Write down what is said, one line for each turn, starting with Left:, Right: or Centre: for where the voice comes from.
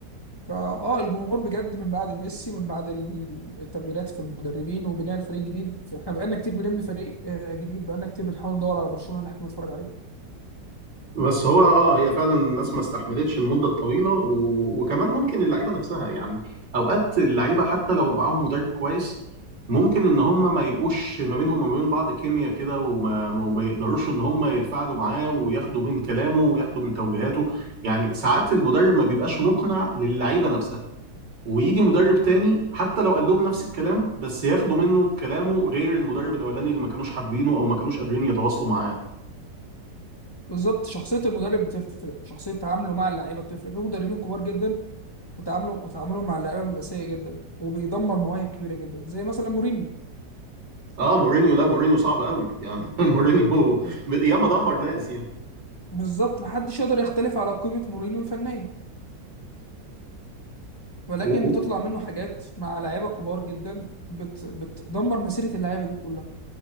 Left: فاه الجمهور بجد من بعد ميسي ومن بعد ال- التغييرات في المدربين وبناء الفريق جديد فاحنا بقالنا كتير بنبني فريق آه، جديد بقالنا كتير بنحاول ندور على برشلونة ان احنا نتفرج عليه
Right: بس هو اه هي فعلا الناس ما استحملتش المده الطويله و... وكمان ممكن اللعيبه نفسها يعني اوقات اللعيبه حتى لو معاهم مدرب كويس ممكن ان هم ما يبقوش ما بينهم وما بين بعض كيمياء كده وما وما يقدروش ان هم يتفاعلوا معاه وياخدوا من كلامه وياخدوا من توجيهاته يعني ساعات المدرب ما بيبقاش مقنع للعيبه نفسها ويجي مدرب تاني حتى لو قال لهم نفس الكلام بس ياخدوا منه كلامه غير المدرب الاولاني اللي ما كانوش حابينه او ما كانوش قادرين يتواصلوا معاه
Left: بالظبط شخصية المدرب بتفرق شخصية تعامله مع اللعيبة بتفرق في مدربين كبار جدا وتعامله وتعاملهم مع اللعيبة بيبقى سيء جدا وبيدمر مواهب كبيرة جدا زي مثلا مورينيو
Right: اه مورينيو لا مورينيو صعب قوي يعني <laughs> مورينيو
Left: بز-
Right: ياما دمر ناس يعني
Left: بالظبط محدش يقدر يختلف على قيمة مورينيو الفنية ولكن
Right: و... و...
Left: بتطلع منه حاجات مع لعيبة كبار جدا بت... بتدمر مسيرة اللعيبة دي كلها